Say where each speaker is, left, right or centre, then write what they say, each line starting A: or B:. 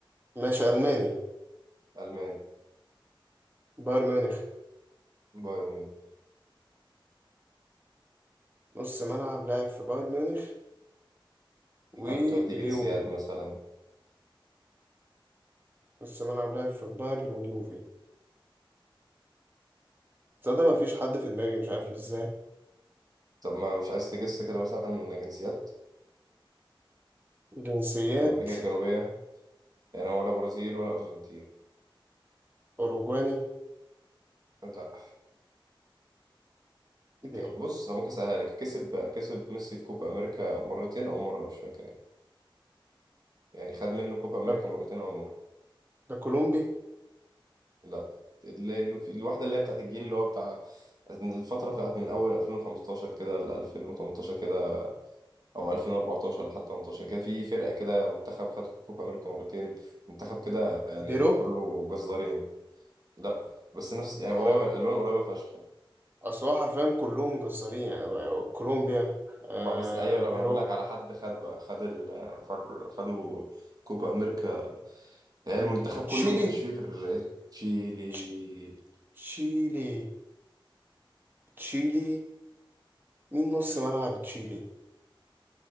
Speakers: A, on the right; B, on the right.
A: ماشي الماني
B: ألماني
A: بايرن ميونخ
B: بايرن
A: نص ملعب لاعب في بايرن ميونخ واليوفي
B: هل تودي جنسيات مثلا
A: السنة اللي قبلها في البايرن واليوفي تصدق مفيش حد في دماغي مش عارف ازاي
B: طب ما مش عايز تجس كده مثلا جنسيات
A: جنسيات
B: في أمريكا الجنوبية يعني ولا برازيل ولا أرجنتين
A: أوروجواني
B: لا
A: ايه
B: ك-
A: ده
B: بص ممكن أسهلها لك كسب كسب ميسي في كوبا أمريكا مرتين أو مرة مش فاكر يعني يعني خد منه كوبا أمريكا
A: ده ك-
B: مرتين أو مرة
A: ده كولومبي
B: لا اللي الواحدة اللي هي بتاعت الجيل اللي هو بتاع الفترة بتاعت من أول 2015 كده ل 2018 كده أو 2014 لحد 18 كده في فرقة كده منتخب خد كوبا أمريكا مرتين منتخب كده يعني
A: بيرو
B: كله جزارين لا بس نفس يعني
A: هو
B: قريبة الألوان قريبة فشخ
A: أصل هو حرفيا كلهم جزارين يعني بقى- كولومبيا آه
B: ما بس أيوة
A: بيرو
B: لا ما أنا بقول لك على حد خد بقى خد ال خد خدوا كوبا أمريكا يعني المنتخب
A: تشيلي
B: كله ما كانش فيه غير تشيلي
A: تش- تشيلي تشيلي مين نص ملعب تشيلي